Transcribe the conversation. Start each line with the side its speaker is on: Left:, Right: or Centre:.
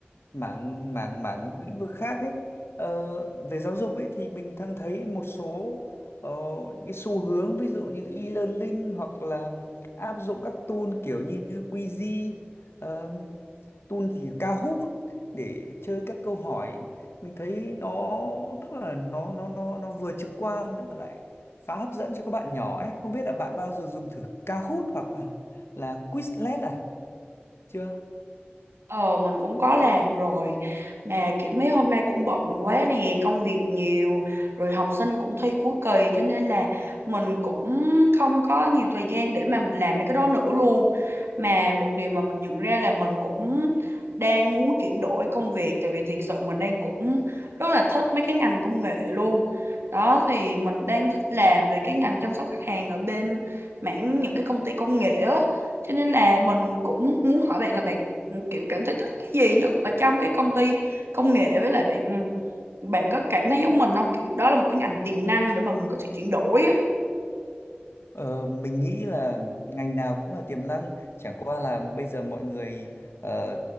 Left: mảng mảng mảng lĩnh vực khác ấy Ờ, về giáo dục ấy thì mình đang thấy một số ờ, những cái xu hướng ví dụ như e-learning hoặc là áp dụng các tool kiểu như Quizy, ờ, tool gì nhỉ? Kahoot để chơi các câu hỏi. Mình thấy nó tức là nó nó nó nó vừa trực quan mà lại khá hấp dẫn cho các bạn nhỏ ấy. Không biết là bạn bao giờ dùng thử Kahoot hoặc là là Quizlet à? Chưa?
Right: Ờ mình cũng có làm rồi Mà kiểu mấy hôm nay cũng bận quá nè Công việc nhiều Rồi học sinh cũng thi cuối kỳ Cho nên là mình cũng không có nhiều thời gian Để mà mình làm mấy cái đó nữa luôn Mà một điều mà mình nhận ra là Mình cũng đang muốn chuyển đổi công việc Tại vì thiệt sự mình đang cũng Rất là thích mấy cái ngành công nghệ luôn Đó thì mình đang thích làm Về cái ngành chăm sóc khách hàng Ở bên mảng những cái công ty công nghệ á Cho nên là mình cũng muốn hỏi bạn là bạn Ừ, kiểu cảm thấy thích cái gì nhất ở trong cái công ty công nghệ với lại bạn bạn có cảm thấy giống mình không kiểu đó là một cái ngành tiềm năng để mà mình có thể chuyển đổi á.
Left: Ờ, mình nghĩ là ngành nào cũng là tiềm năng, chẳng qua là bây giờ mọi người ờ,